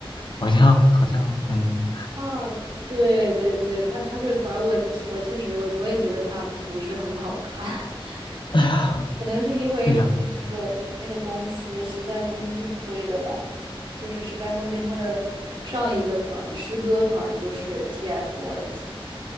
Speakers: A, on the left; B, on the right.
A: 好像好像嗯，
B: 啊，对对对，他他这个团我我确实我我也觉得他不是很好看，<laughs>
A: <laughs>
B: 可能是因为是那个他那个公司时代峰峻推的吧，
A: 对呀、
B: 就是时代峰峻他的上一个团诗歌团就是 TFBOYS。